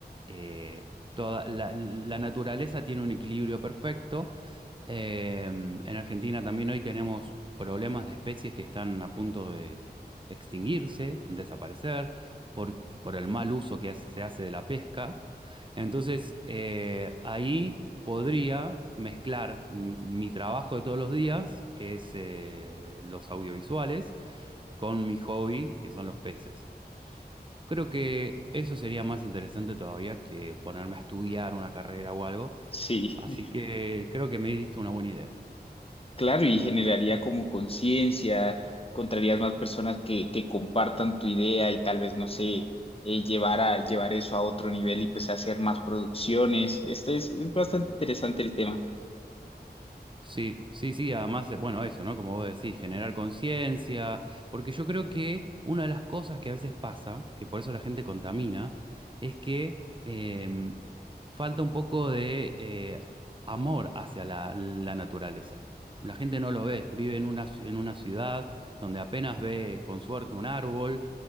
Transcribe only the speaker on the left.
sí.
<laughs>
Claro, y generaría como conciencia, encontrarías más personas que, que compartan tu idea y tal vez, no sé, eh, llevar a, llevar eso a otro nivel y pues hacer más producciones. Este es, es bastante interesante el tema.